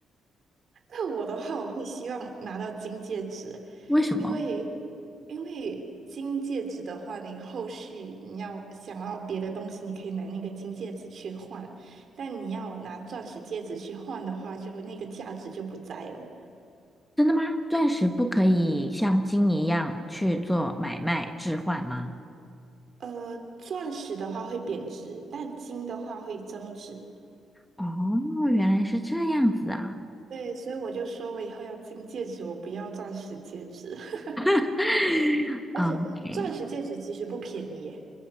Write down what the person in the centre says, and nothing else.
<laughs> 为什么？
真的吗？钻石不可以像金一样去做买卖置换吗？
哦，原来是这样子啊。
<laughs>
OK。